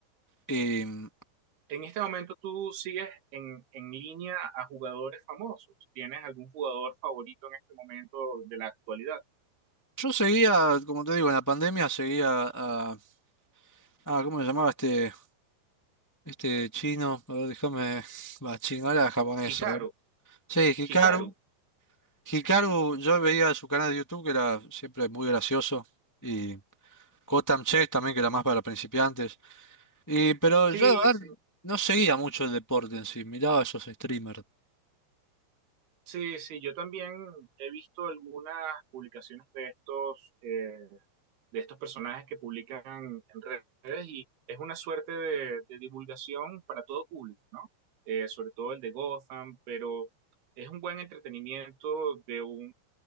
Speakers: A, on the left; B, on the right.
A: Em,
B: en este momento tú sigues en, en línea a jugadores famosos. ¿Tienes algún jugador favorito en este momento de la actualidad?
A: yo seguía, como te digo, en la pandemia seguía a... Ah, ¿cómo se llamaba este, este chino? A ver, déjame... <laughs> Va, chino, era japonés.
B: Hikaru,
A: a ver. Sí, Hikaru.
B: Hikaru.
A: Hikaru, yo veía su canal de YouTube que era siempre muy gracioso. Y Kotam Chess también, que era más para principiantes. Y, pero
B: Sí,
A: yo, la
B: sí,
A: verdad, no seguía mucho el deporte en sí. Miraba a esos streamers.
B: sí, sí. Yo también he visto algunas publicaciones de estos. eh, de estos personajes que publican en redes y es una suerte de, de divulgación para todo público, ¿no? Eh, sobre todo el de Gotham, pero es un buen entretenimiento de un,